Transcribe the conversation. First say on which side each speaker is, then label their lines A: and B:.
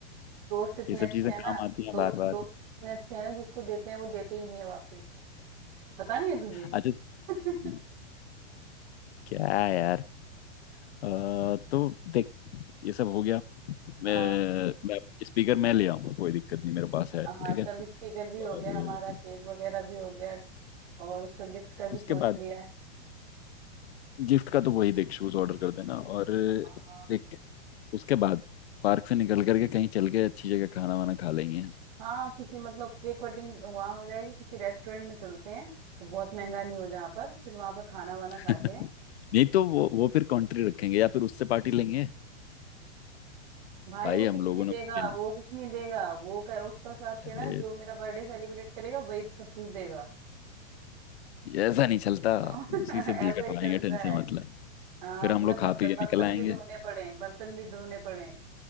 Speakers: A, on the right; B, on the left.
A: दोस्त इतने
B: ये सब
A: अच्छे
B: चीजें
A: हैं ना
B: काम आती हैं
A: दोस्त
B: बार बार
A: दोस्त इतने अच्छे हैं ना जिसको देते हैं वो देते ही नहीं है वापस पता नहीं है तुझे
B: अच्छा हम्म,
A: <laughs>
B: क्या यार अ, तो देख ये सब हो गया मैं
A: हाँ
B: मैं स्पीकर मैं ले आऊंगा कोई दिक्कत नहीं मेरे पास है
A: हाँ
B: ठीक
A: चल
B: है
A: स्पीकर भी
B: और
A: हो गया हमारा केक वगैरह भी हो गया और उसका गिफ्ट का भी
B: उसके
A: सोच
B: बाद
A: लिया है
B: गिफ्ट का तो वही देख शूज ऑर्डर कर देना और
A: हाँ
B: देख उसके बाद पार्क से निकल करके कहीं चल के अच्छी जगह खाना वाना खा लेंगे
A: हाँ किसी मतलब केक कटिंग वहाँ हो जाएगी किसी रेस्टोरेंट में चलते हैं वो बहुत महंगा नहीं हो जहाँ पर फिर वहाँ पर खाना वाना
B: <laughs>
A: खाते हैं
B: नहीं तो वो वो फिर कंट्री रखेंगे या फिर उससे पार्टी लेंगे
A: भाई
B: भाई
A: वो कुछ
B: हम लोगों
A: नहीं
B: ने
A: देगा
B: उसके लिए
A: वो कुछ नहीं देगा वो कह उसका हिसाब के
B: अरे
A: ना जो मेरा बर्थडे सेलिब्रेट करेगा वही सब कुछ देगा
B: ऐसा नहीं चलता
A: <laughs>
B: उसी
A: ऐसा
B: से बिल कटवाएंगे
A: ही करता
B: टेंशन
A: है
B: मतलब
A: हाँ
B: फिर
A: मतलब
B: हम लोग
A: बर्तन
B: खा पी के
A: बर्तन
B: निकल आएंगे
A: भी धोने पड़े बर्तन भी धोने पड़े